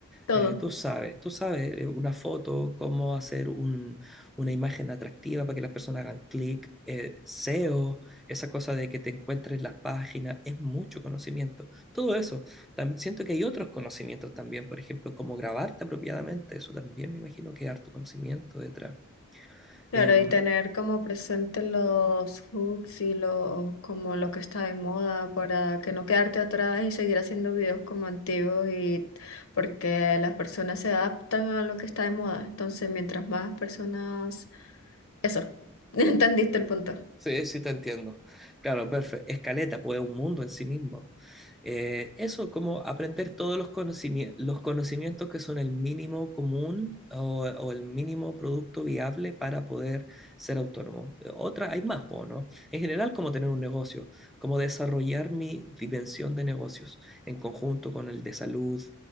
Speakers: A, on the left; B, in the centre.
A: Todo.
B: Eh, tú sabes, tú sabes, eh, una foto, cómo hacer un- una imagen atractiva para que las personas hagan clic, eh, SEO, esa cosa de que te encuentres las páginas, es mucho conocimiento. Todo eso. Tam- siento que hay otros conocimientos también, por ejemplo, cómo grabarte apropiadamente, eso también me imagino que hay harto conocimiento detrás.
A: Claro,
B: Em,
A: y tener como presente los hooks y lo, como lo que está de moda para que no quedarte atrás y seguir haciendo videos como antiguos y porque las personas se adaptan a lo que está de moda. Entonces, mientras más personas... Eso, <laughs> entendiste el punto.
B: sí, sí te entiendo. Claro, perfecto. Escaleta, pues es un mundo en sí mismo. Eh, eso, como aprender todos los conocimi- los conocimientos que son el mínimo común o, o el mínimo producto viable para poder ser autónomo. Eh, Otra, hay más, po, ¿no? En general, como tener un negocio, como desarrollar mi dimensión de negocios en conjunto con el de salud